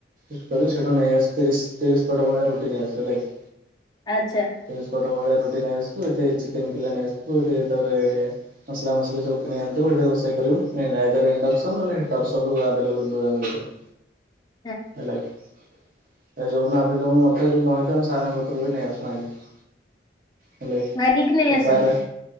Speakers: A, on the right; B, on the left.
A: ତଥାପି ସେଠୁ ନେଇ ଆସୁ ତିରିଶ ତିରିଶ ପଟ ଭଳିଆ ରୁଟି ନେଇ ଆସୁ ହେଲାକି।
B: ଆଚ୍ଛା।
A: ତିରିଶ ପଟ ଭଳିଆ ରୁଟି ନେଇ ଆସିବୁ ଏଠି ଚିକେନ କିଲେ ନେଇ ଆସିବୁ ଏଠୁ ତାପରେ ମସଲା ମସଲି ସବୁକିଣି ଅଣିଥିବୁ ଏଇଠି ରୋଷେଇ କରିବୁ ଆଇଦର ଇଣ୍ଡେକ୍ସସନ ନହେଲେ ହିଟର ସବୁ ଅଭେଲେବୁଲ ରୁହେ ଆମ କତିରେ।
B: <inaudible>
A: ହେଲା କିି ଏ ଯୋଉଦିନ ଆଭେଲେବୁଲ୍ ନଥିବ କି କଣ ହେଇଥିବ ସାରଙ୍କ କାଟିରୁ ନେଇ ଆସୁ ମାଗିକି। ହେଲେକି
B: ମାଗିକି ନେଇ
A: ତ
B: ଆସନ୍ତି।
A: ସାରରେ